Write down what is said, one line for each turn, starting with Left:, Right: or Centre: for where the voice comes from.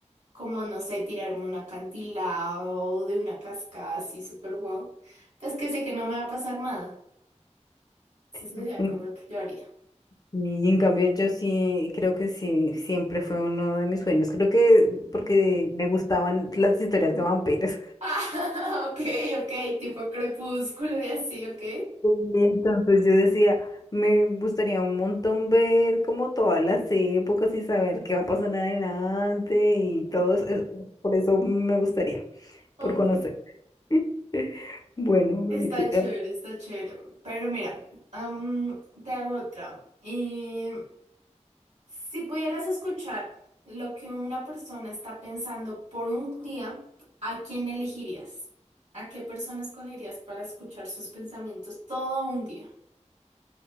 Right: como, no sé, tirarme a un acantilado de una cascada así súper guau. Pues que sé que no me va a pasar nada. Eso sería
Left: Mm,
Right: como lo que yo haría. <laughs>
Left: Y en cambio yo sí creo que sí, siempre fue uno de mis sueños. Creo que porque me gustaban las historias de vampiros.
Right: Ah, ok, ok, tipo crepúsculo y así, ok.
Left: <laughs> Y entonces yo decía, me gustaría un montón ver como todas las épocas y saber qué va a pasar adelante y todo eso. eh, Por eso me gustaría,
Right: Ok.
Left: por conocer. <laughs> Bueno,
Right: Está
Left: ve tú,
Right: chévere, está chévere. Pero mira, am, te hago otra. Y si pudieras escuchar lo que una persona está pensando por un día, ¿a quién elegirías? ¿A qué persona escogerías para escuchar sus pensamientos todo un día?